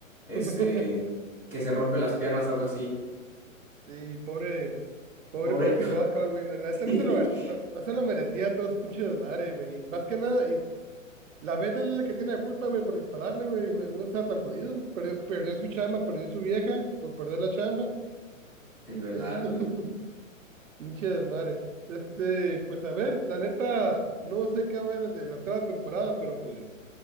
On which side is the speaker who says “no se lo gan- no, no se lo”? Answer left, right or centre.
Right